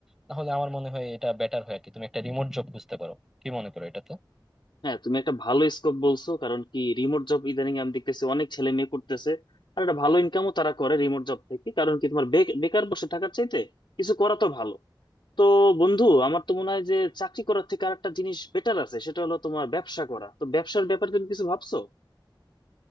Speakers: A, in the centre; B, on the left.
A: তাহলে আমার মনে হয় এটা বেটার হয় আর কি তুমি একটা রিমোট জব খুঁজতে পারো কি মনে করো এটা
B: হ্যাঁ তুমি একটা ভালো স্কোপ বলছো কারণ কি রিমোট জব ইদানিং আমি দেখতেছি অনেক ছেলে মেয়ে করতেছে আর একটা ভালো ইনকামও তারা করে রিমোট জব থেকে কারণ কি তোমার বে- বেকার বসে থাকার চাইতে কিছু করা তো ভালো তো বন্ধু আমার তো মনে হয় যে চাকরি করার থেকে আরেকটা জিনিস বেটার আছে সেটা হলো তোমার ব্যবসা করা তো ব্যবসার ব্যাপারে তুমি কিছু ভাবছো